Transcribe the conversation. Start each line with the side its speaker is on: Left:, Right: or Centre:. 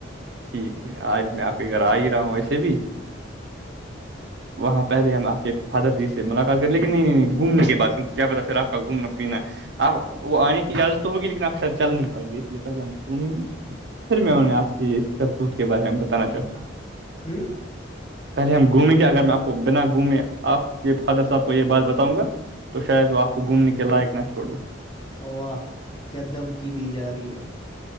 Right: ٹھیک ہے آج میں آپ کے گھر آ ہی رہا ہوں ویسے بھی وہاں پہلے ہم آ کے فادر جی سے ملاقات کریں لیکن نہیں گھومنے کے بع کیا پتا پھر آپ کا گھومنا پینا آپ وہ آنے کی اجازت تو ہوگی لیکن آپ شاید جل نہیں پائیں گے اس لیے پہلے ہم گھومیں گے پھر میں انہیں آپ کی اس کرتوت کے بارے میں بتانا چاہوں گا
Left: ہوں
Right: پہلے ہم گھومیں گے اگر میں آپ کو بنا گھومے آپ کے فادر صاحب کو یہ بات بتاؤں گا تو شاید وہ آپ کو گومنے کے لائق نہ تھوڑی
Left: اواہ کیا دھمکی دی جا رہی ہے